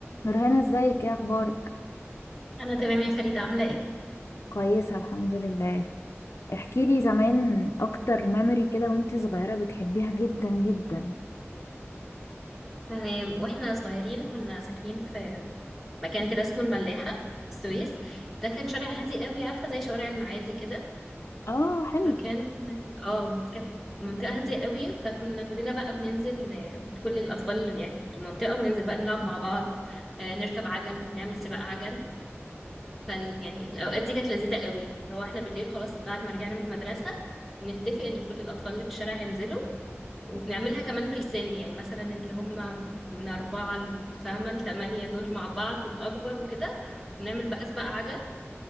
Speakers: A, on the left; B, in the centre.
A: نورهان ازيك ايه اخبارك
B: انا تمام يا فريدة عاملة ايه
A: كويسه الحمد لله احكي لي زمان اكتر ميموري كده وانت صغيره بتحبيها جدا جدا
B: تمام واحنا صغيرين كنا ساكنين في مكان كده اسمه الملاحة السويس ده كان شارع هادي قوي عارفة زي شوارع المعادي كده
A: اه حلو
B: فكان اه كانت منطقة هادية قوي فكنا كلنا بقى بننزل آه، كل الأطفال يعني في المنطقة بننزل بقى نلعب مع بعض آه، نركب عجل نعمل سباق عجل فال يعني الأوقات دي كانت لذيذة قوي لو احنا بالليل خلاص بعد ما رجعنا من المدرسة نتفق إن كل الأطفال اللي في الشارع هينزلوا وبنعملها كمان بالسن يعني مثلا اللي هم من أربعة ل- فاهمة لتمانية دول مع بعض والأكبر وكده ونعمل بقى سباق عجل